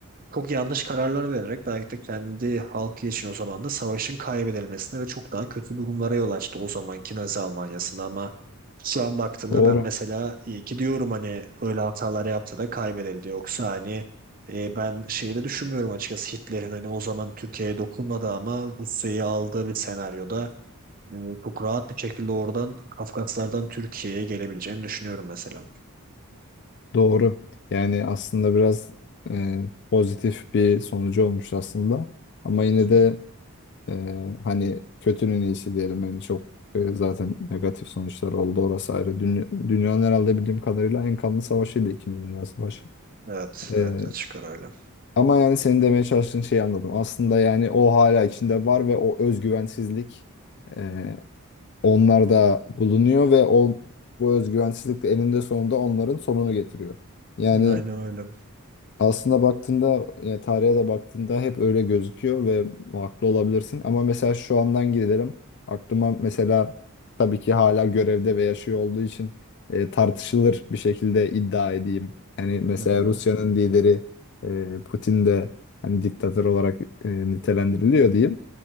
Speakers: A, on the right; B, on the left.
A: çok yanlış kararlar vererek belki de kendi halkı için o zaman da savaşın kaybedilmesine ve çok daha kötü durumlara yol açtı o zamanki Nazi Almanya'sında ama şu an baktığımda
B: Doğru.
A: ben mesela iyi ki diyorum hani öyle hatalar yaptı da kaybedildi yoksa hani e, ben şeyi de düşünmüyorum açıkçası Hitler'in hani o zaman Türkiye'ye dokunmadı ama Rusya'yı aldığı bir senaryoda e, çok rahat bir şekilde oradan Kafkaslardan Türkiye'ye gelebileceğini düşünüyorum mesela.
B: Doğru. Yani aslında biraz e, pozitif bir sonucu olmuş aslında. Ama yine
A: Hı hı.
B: de e, hani kötünün iyisi diyelim. Yani çok e, zaten negatif sonuçlar oldu orası ayrı. Dünya, dünyanın herhalde bildiğim kadarıyla en kanlı savaşıydı İkinci Dünya Savaşı.
A: Evet,
B: E,
A: evet açık arayla.
B: Ama yani senin demeye çalıştığın şeyi anladım. Aslında yani o hala içinde var ve o özgüvensizlik e, onlarda bulunuyor ve o bu özgüvensizlik de eninde sonunda onların sonunu getiriyor. Yani
A: Aynen öyle.
B: aslında baktığında yani tarihe de baktığında hep öyle gözüküyor ve haklı olabilirsin. Ama mesela şu andan gidelim. Aklıma mesela tabii ki hala görevde ve yaşıyor olduğu için e, tartışılır bir şekilde iddia edeyim. Hani mesela
A: Hı hı,
B: Rusya'nın lideri e, Putin de hani diktatör olarak e, nitelendiriliyor diyeyim.